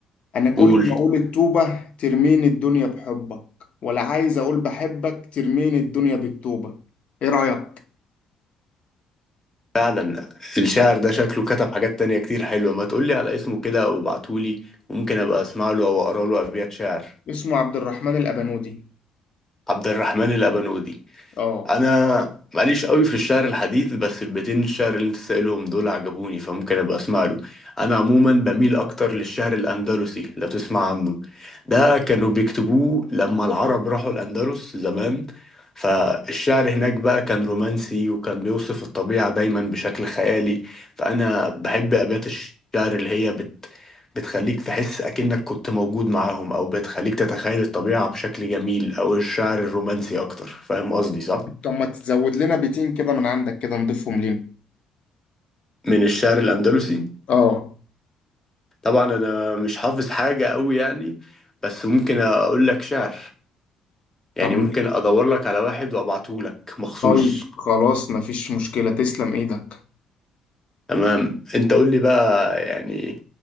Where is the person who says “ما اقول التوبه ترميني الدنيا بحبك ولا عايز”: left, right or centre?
Left